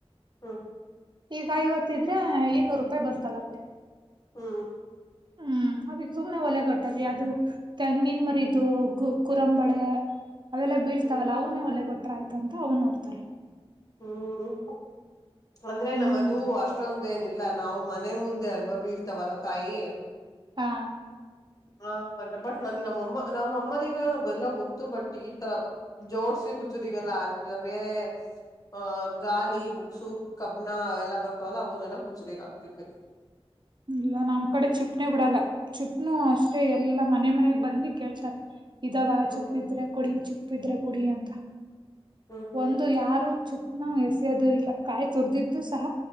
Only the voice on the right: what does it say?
ಈಗ ಐವತ್ತಿದ್ರೆ ಇನ್ನೂರು ರೂಪಾಯಿ ಬಂತಲ್ಲ ಅಲ್ಲಿೇ
ಹ್ಮ್ ಅದ ಸುಮನೆ ಒಲೆ ಕೊಟ್ಟದ ಅದು ತೆಂಗಿನ ಮರಿದು ಕುರಂಬಳೆ ಅವೆಲ್ಲ ಬೀಳ್ತಾವಲ್ಲ
ಅವ ನೀ ಒಳ್ಳೆ ಗೊಟ್ರ ಆಯ್ತು ಅಂತ ಅವ್ ನೋಡ್ತಾರೆ
ಹ್ಮ್
ಹಾ
ಇಲ್ಲ ನಮ್ ಕಡೆ ಚುಪ್ನೆೇ ಬೀಡಲ್ಲ ಚುಪ್ನು ಅಷ್ಟೇ ಎಲ್ಲಾ ಮನೆ ಮನೆ ಬಂದು ಕೇಳ್ತಾರೆ ಇದಾವ
ಚುಪ್ಪಿದ್ರೆ ಕುಡಿ ಚುಪ್ಪಿದ್ರೆ ಕುಡಿ ಅಂತ.
ಒಂದು ಯಾರು ಚುಪ್ನ ಎಸೆಯೋದು ಇಲ್ಲ ಕಾಯಿ ತುರ್ದಿದ್ದು ಸಹ